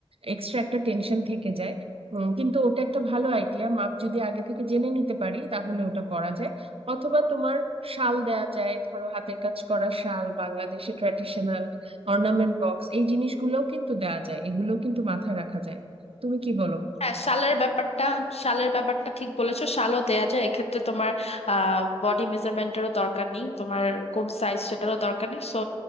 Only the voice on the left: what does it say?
হ্যাঁ শালের ব্যাপারটা শালের ব্যাপারটা ঠিক বলেছো শালও দেয়া যায় এক্ষেত্রে তোমার আহ বডি মেজারমেন্টেরও দরকার নেই তোমার কোন সাইজ সেটারও দরকার নেই সো